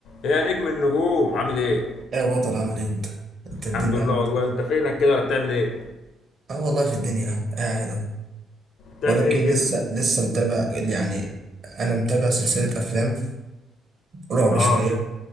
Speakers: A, on the left (about 75°); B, on the right (about 50°).
A: ايه يا نجم النجوم عامل ايه
B: ايه يا بطل عامل ايه انت؟ انت الدنيا
A: الحمد لله
B: عامل ايه؟
A: والله انت فينك كده ولا بتعمل ايه
B: اه والله في الدنيا اهو قاعد اهو
A: بتعمل
B: بقول لك
A: ايه
B: ايه
A: كده
B: لسه لسه متابع يعني انا متابع سلسلة افلام رعب
A: اه
B: شوية